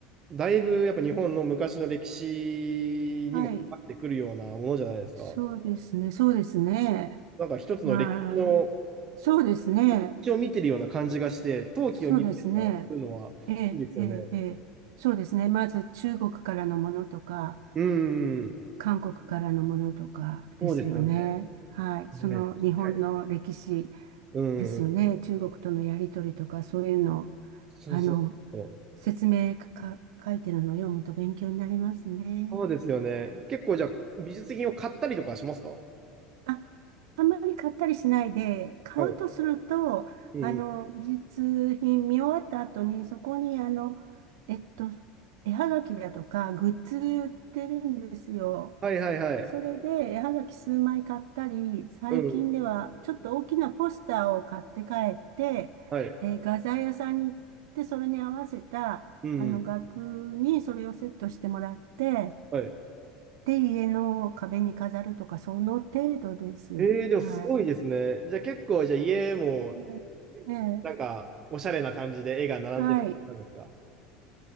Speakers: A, on the right; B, on the right.
A: だいぶやっぱ日本の昔の歴史にも関わってくるようなものじゃないですか。
B: はい、そうですね、そうですね。
A: なんか一つの歴史の、
B: まあ、そうですね。
A: 歴史を見てるような感じがして、陶器を見るとか、
B: そうですね。
A: そういうのはいいですよね。
B: ええ、ええ、ええそうですね。まず中国からのものとか、
A: うん。
B: 韓国からのものとかですよね。
A: そうですよね。
B: はい。
A: はい。
B: その日本の歴史
A: 確かにうん。
B: ですよね。中国とのやりとりとか、そういうの、
A: そうそう。
B: あの、説明か、書いてるのを読むと勉強になりますね。
A: そうですよね。結構じゃあ、美術品を買ったりとかしますか
B: あ、あんまり買ったりしないで、買うとすると、
A: はい。うん。
B: あの、美術品見終わった後に、そこに、あの、えっと、絵はがきだとか、グッズ売ってるんですよ。
A: はいはいはい。
B: それで、絵はがき数枚買ったり、最近では、
A: うん。
B: ちょっと大きなポスターを買って帰って、
A: はい。
B: えー画材屋さんに行って、それに合わせた、
A: うん。
B: あの、額にそれをセットしてもらって、
A: はい。
B: で、家の壁に飾るとか、その程度です。
A: ええでもすごいですね。
B: はい。
A: じゃあ結構、じゃあ家も、
B: ねええ、
A: なんか、おしゃれな感じで絵が並んでる感じなんですか
B: はい。